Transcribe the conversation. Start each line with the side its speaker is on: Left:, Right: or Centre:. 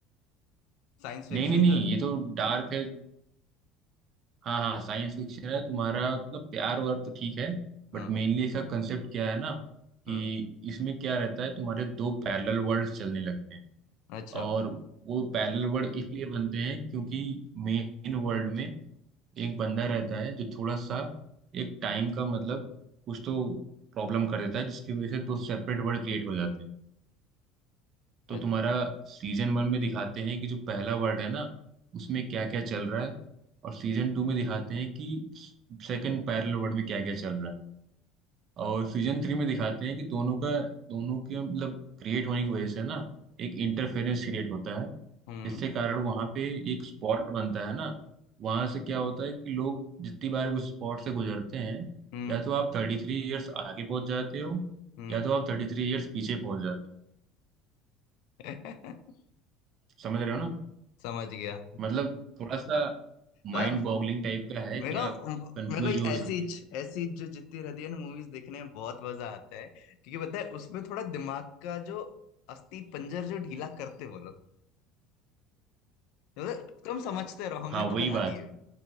Left: साइंस फिक्शन
Right: नहीं नहीं नहीं
Left: जो है
Right: ये तो डार्क है हाँ हाँ साइंस फिक्शन है तुम्हारा मतलब प्यार वार तो ठीक है
Left: हाँ
Right: बट मेनली इसका कंसेप्ट क्या है ना
Left: हाँ
Right: कि इसमें क्या रहता है तुम्हारे दो पैरेलल वर्ल्ड्स चलने लगते हैं
Left: अच्छा
Right: और वो पैरेलल वर्ल्ड इसलिए बनते हैं क्योंकि मेन वर्ल्ड में एक बंदा रहता है जो थोड़ा सा एक टाइम का मतलब कुछ तो प्रॉब्लम कर देता है जिसकी वजह से दो सेपरेट वर्ल्ड क्रिएट हो जाते हैं तो
Left: अच्छा
Right: तुम्हारा सीजन वन में दिखाते हैं कि जो पहला वर्ड है ना उसमें क्या क्या चल रहा है और सीजन टू में दिखाते हैं कि सेकंड पैरेलल वर्ड में क्या क्या चल रहा है और सीजन थ्री में दिखाते हैं कि दोनों का दोनों के मतलब क्रिएट होने की वजह से ना एक इंटरफेरेंस क्रिएट होता है
Left: हम्म
Right: जिसके कारण वहाँ पे एक स्पॉट बनता है ना वहाँ से क्या होता है कि लोग जितनी बार उस स्पॉट से गुजरते हैं
Left: हम्म
Right: या तो आप थर्टी थ्री ईयर्स आगे पहुंच जाते हो
Left: हम्म
Right: या तो आप थर्टी थ्री ईयर्स पीछे पहुंच जाते हो
Left: <laughs>
Right: समझ रहे हो
Left: समझ गया
Right: मतलब थोड़ा सा माइंड
Left: मतलब
Right: बॉगलिंग टाइप का है
Left: मेरे
Right: कि आप
Left: को
Right: कंफ्यूज
Left: मेरे को
Right: भी हो
Left: ऐसी
Right: सकते
Left: इच्छ-
Right: हो
Left: ऐसी जो जितनी रहती है ना मूवीज देखने में बहुत मजा आता है क्योंकि पता है उसमें थोड़ा दिमाग का जो अस्थि पंजर जो ढीला करते वो लोग मतलब तुम समझते रहो हमने
Right: हाँ वही
Left: तो बना
Right: बात
Left: दी है
Right: है